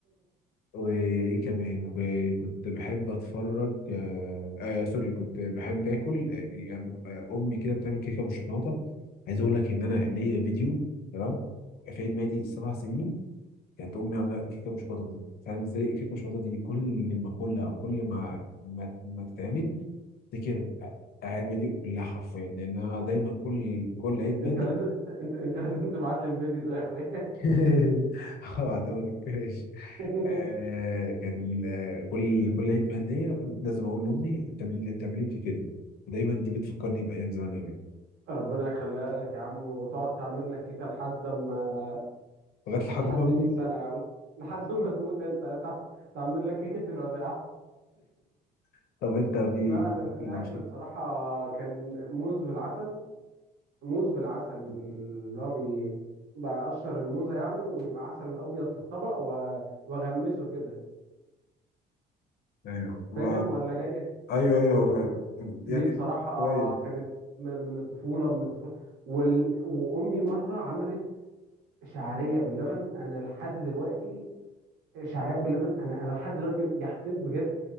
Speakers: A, on the left; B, on the right.
A: وايه كمان وكنت بحب اتفرج آه, آه سوري كنت بحب اكل آه آه، امي كده بتعمل كيكه بالشوكولاته عايز اقول لك ان انا ليا فيديو تمام في عيد ميلادي سبع سنين كانت امي عامله كيكه بالشوكولاته دي فانا بالنسبه لي الكيكه بالشوكولاته دي كل ما اكلها او كل ما ما, ما تتعمل افتكر اعياد ميلادي كلها حرفيا لان انا دايما كل كل عيد ميلادي
B: انت لازم انت انت, انت لازم تبعت لي الفيديو ده يا اخويا
A: <laughs> اه هتقولك ماشي
B: <laughs>
A: آه كان آه، كل كل عيد ميلاد ليا لازم اقول لامي تعمل لي تعمل لي كيكه دي ودايما دي بتفكرني بايام زمان قوي
B: ربنا يخليها لك يا عم وتقعد تعمل لك كيكه لحد ما
A: لغايه لحد
B: لحد
A: ما اموت
B: 100 سنه يا عم <laughs> لحد ما تموت انت هتع- تعمل لك كيكه الوداع
A: <laughs> طب انت في
B: لا انا
A: في اكل
B: ال- الاكل
A: او شرب
B: بصراحه كان موز بالعسل موز بالعسل اللي هو بي- بقشر الموزة يعني ويبقى عسل أبيض في الطبق و- وأغمسه كده
A: ايوه
B: فاهم
A: و...
B: ولا جاي
A: ايوه ايوه ف... يعني
B: دي بصراحة
A: شويه
B: كانت من من الطفولة من الطفولة وال... وأمي مرة عملت شعرية باللبن أنا لحد دلوقتي شعرية باللبن أنا أنا لحد دلوقتي يا حسين بجد